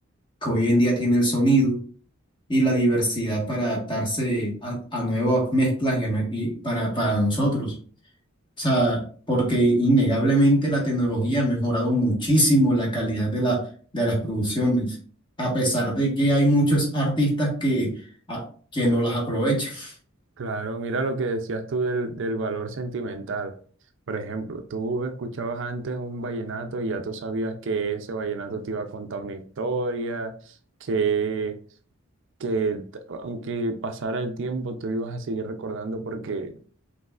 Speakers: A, on the left; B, on the right.
A: que hoy en día tiene el sonido y la diversidad para adaptarse a, a nuevas mezclas y, a nue- y para, para nosotros. O sea, porque innegablemente la tecnología ha mejorado muchísimo la calidad de la, de las producciones, a pesar de que hay muchos artistas que, a- que no las aprovechan. <laughs>
B: Claro, mira lo que decías tú del, del valor sentimental. Por ejemplo, tú escuchabas antes un vallenato y ya tú sabías que ese vallenato te iba a contar una historia, que, que t- aunque pasara el tiempo, tú lo ibas a seguir recordando porque